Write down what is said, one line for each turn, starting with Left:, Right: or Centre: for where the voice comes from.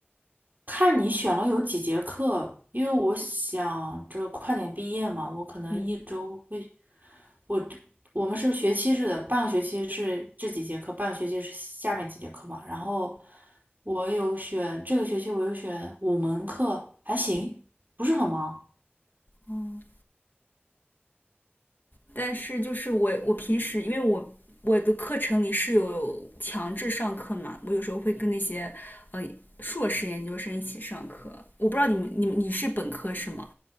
Right: 看你选了有几节课，因为我想着快点毕业嘛，我可能一周会，
Left: 嗯，
Right: 我我们是学期制的，半个学期是这几节课，半个学期是下面几节课嘛。然后我有选这个学期，我有选五门课，还行，不是很忙。
Left: 哦，但是就是我我平时因为我我的课程里是有强制上课嘛，我有时候会跟那些呃硕士研究生一起上课。我不知道你们你们你是本科是吗？